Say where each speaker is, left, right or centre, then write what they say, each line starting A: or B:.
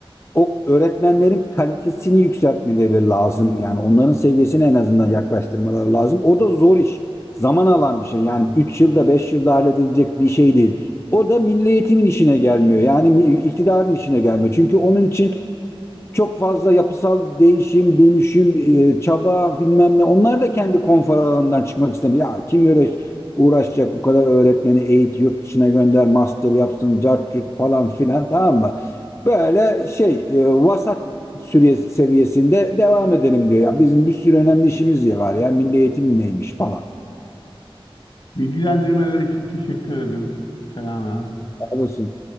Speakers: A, on the left; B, on the left.
A: o öğretmenlerin kalitesini yükseltmeleri lazım. Yani onların seviyesine en azından yaklaştırmaları lazım. O da zor iş. Zaman alan bir şey. Yani 3 yılda 5 yılda halledilecek bir şey değil. O da milli eğitimin işine gelmiyor. Yani iktidarın işine gelmiyor. Çünkü onun için çok fazla yapısal değişim, dönüşüm, e, çaba bilmem ne. Onlar da kendi konfor alanından çıkmak istemiyor. Ya kim uğraş, uğraşacak bu kadar öğretmeni eğit, yurt dışına gönder, master yapsın, cart curt falan filan tamam mı? Böyle şey e, vasat süre seviyesinde devam edelim diyor. Ya bizim bir sürü önemli işimiz ya var ya milli eğitim neymiş falan.
B: Bilgilendirmeler için teşekkür ederim. Selam abi.
A: Olsun.